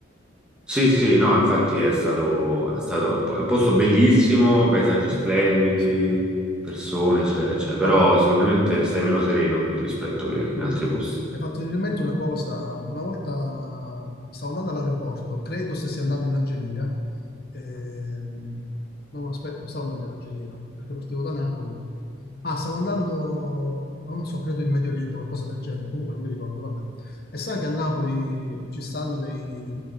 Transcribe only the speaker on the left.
Sì.
Sì.
Guarda,
Mm.
Mi è fatto venire in mente una cosa, una volta stavo andando all'aeroporto, credo se sia andato in Algeria, ehm, no, no, aspetta, non stavo andando in Algeria, perché partivo da Napoli, ah, stavo andando, non so, credo in Medio Oriente, qualcosa del genere, comunque non mi ricordo, vabbè. E sai che a Napoli ci stanno dei,